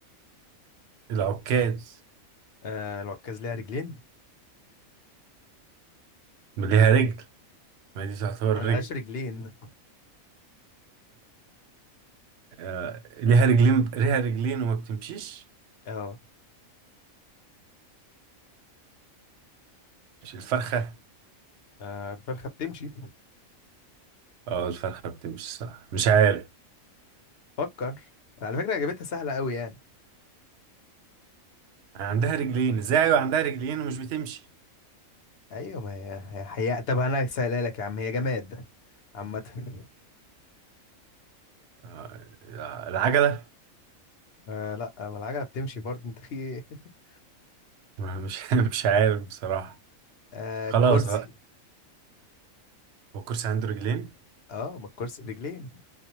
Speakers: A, on the right; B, on the left.
A: العكاز
B: آه العكاز ليها رجلين
A: ليها رجل ما دي تعتبر
B: <laughs> ما لهاش
A: رجل
B: رجلين
A: آه. ليها رجلين ليها رجلين وما بتمشيش
B: اه
A: مش الفرخه
B: آه، الفرخة بتمشي
A: اه الفرخه بتمشي صح مش عارف
B: فكر على فكرة اجابتها سهلة قوي يعني
A: عندها رجلين ازاي أيوة عندها رجلين ومش بتمشي
B: ايوه ما هي هي حقيقة طب انا سهلها لك يا عم هي جماد عامة <laughs>
A: آه. العجله
B: آه لا ما العجلة بتمشي برضه انت في ايه <laughs>
A: <laughs> مش مش عارف بصراحه
B: آه
A: خلاص
B: الكرسي
A: هو الكرسي عنده رجلين؟
B: اه ما الكرسي برجلين